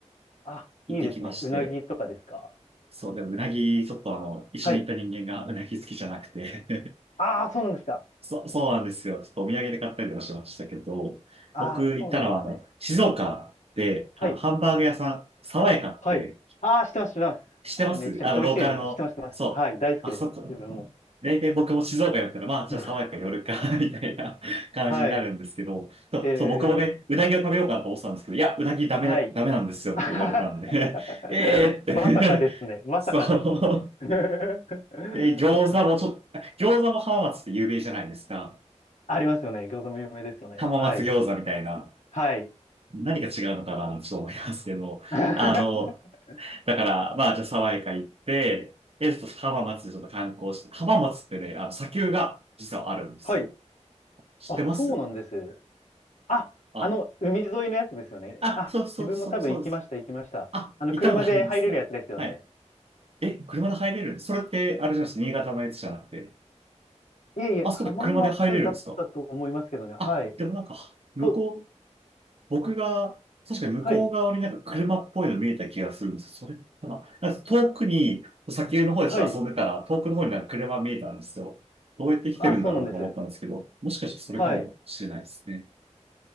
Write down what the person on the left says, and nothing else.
あ、
いいですね。うなぎとかですか。
はい。ああ、そうなんですか。
ああ、
そうなんですね。
はい。
はい。ああ、知ってます、知ってます。
あれめちゃくちゃ美味しいですね。
知ってます、知ってます。
はい。大好きです。
自分も。
<laughs>
はい。
え
ー、はい。
<laughs>
まさかですね。
まさかですよね。
<laughs>
ありますよね。餃子も有名ですよね。
はい。はい。
<laughs>
はい。
あ、そうなんです。あ、
あの、海沿いのやつですよね。
あ、
自分も多分行きました、
行きました。
あの、
車で入れるやつですよね。
いえいえ、
浜松だったと思いますけどね。はい。
と、
はい、
はい。
あ、そうなんです。
はい。